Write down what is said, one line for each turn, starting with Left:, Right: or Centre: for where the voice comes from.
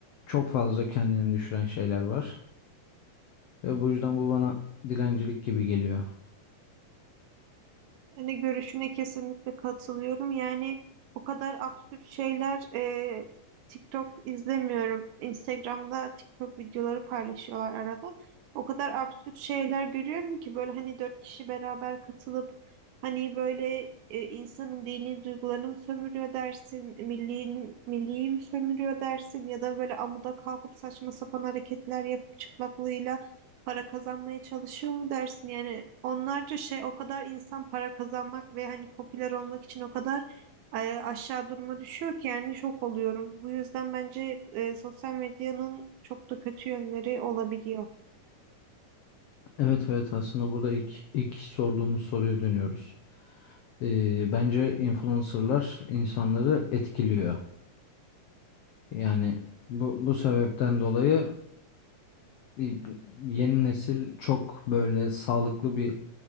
Left: çok fazla kendini düşüren şeyler var. Ve bu yüzden bu bana dilencilik gibi geliyor.
Right: Ben de görüşüne kesinlikle katılıyorum. Yani o kadar absürt şeyler e, TikTok izlemiyorum. Instagram'da TikTok videoları paylaşıyorlar arada. O kadar absürt şeyler görüyorum ki böyle hani dört kişi beraber katılıp hani böyle e, insanın dini duygularını mı sömürüyor dersin, milliğini, milliyi mi sömürüyor dersin ya da böyle amuda kalkıp saçma sapan hareketler yapıp çıplaklığıyla para kazanmaya çalışıyor mu dersin? Yani onlarca şey o kadar insan para kazanmak ve hani popüler olmak için o kadar e, aşağı duruma düşüyor ki yani şok oluyorum. Bu yüzden bence e, sosyal medyanın çok da kötü yönleri olabiliyor.
Left: Evet evet aslında burada ilk, ilk sorduğumuz soruya dönüyoruz. Ee, bence influencer'lar insanları etkiliyor. Yani bu, bu sebepten dolayı e, yeni nesil çok böyle sağlıklı bir